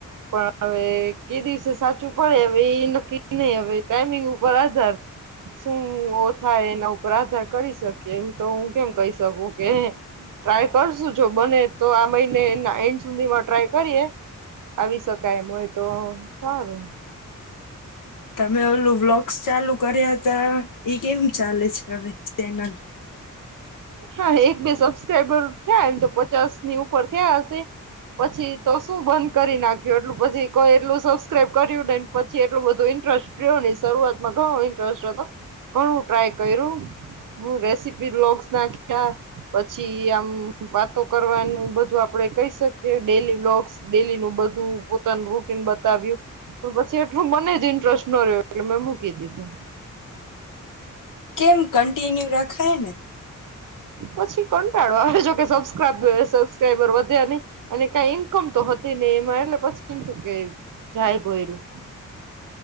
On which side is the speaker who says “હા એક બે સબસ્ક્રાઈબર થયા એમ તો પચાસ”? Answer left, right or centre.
Right